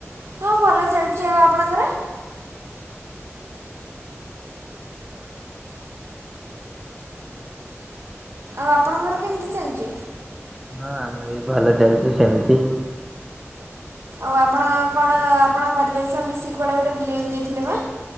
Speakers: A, on the right; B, in the centre.
A: ହଁ ଭଲ ଚାଲଚି। ଆଉ ଆପଣଙ୍କର? ଆଉ ଆପଣଙ୍କର କେମିତି ଚାଲିଚି?
B: ହଁ ଆମର ଏ ବି ଭଲ ଚାଲିଚି, ସେମତି।
A: ଆଉ ଆପଣଙ୍କ କଣ ଆପଣଙ୍କ ପରିବାର ସହ ମିଶିକି କୁଆଡ଼େ ଗୋଟେ ବୁଲିବାକୁ ଯାଇଥିଲେ ବା?